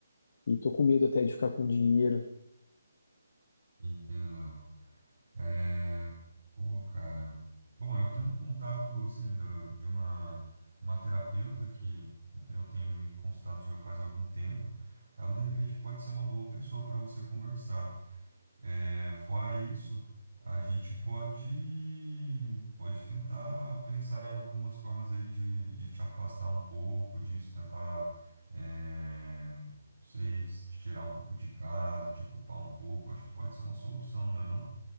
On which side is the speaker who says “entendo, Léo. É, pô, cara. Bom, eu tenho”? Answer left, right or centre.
Right